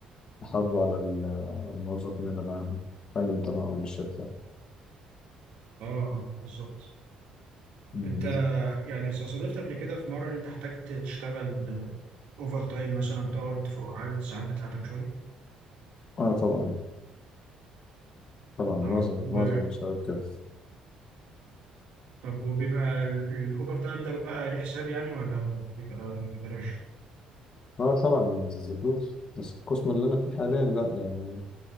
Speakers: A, on the left (about 35°); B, on the right (about 75°).
A: يحافظوا على ال- الموظفين اللي معاهم يخلوا انتمائهم للشركة
B: اه اه بالظبط
A: مهم.
B: انت يعني صادفت قبل كده في مرة ان انت احتجت تشتغل اوفر تايم مثلا تقعد فوق عدد الساعات بتاعتك شوية
A: أه طبعا طبعا معظم
B: اه و...
A: معظم الشباب كده
B: طب وبيبقى ال- الاوفر تايم ده بقى ليه حساب يعني ولا بيبقى ببلاش؟
A: أه طبعا بفلوس بس القسم اللي أنا فيه حاليا لأ يعني